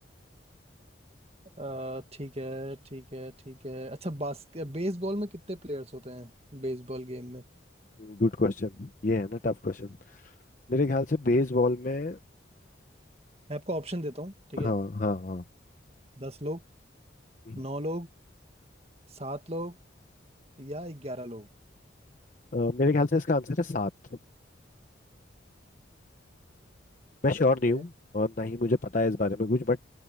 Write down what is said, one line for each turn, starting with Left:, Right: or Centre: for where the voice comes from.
Right: अ, ठीक है ठीक है ठीक है अच्छा बास्केट बेसबॉल में कितने प्लेयर्स होते हैं बेसबॉल गेम में
Left: गुड क्वेश्चन ये है ना टफ क्वेश्चन मेरे ख्याल से बेसबॉल में
Right: मैं आपको ऑप्शन देता हूँ ठीक है
Left: हाँ हाँ हाँ
Right: दस लोग
Left: हम्म।
Right: नौ लोग सात लोग या ग्यारह लोग
Left: अ, मेरे ख्याल से इसका आंसर है सात मैं श्योर
Right: ओके
Left: नहीं हूँ और ना ही मुझे पता है इस बारे में कुछ बट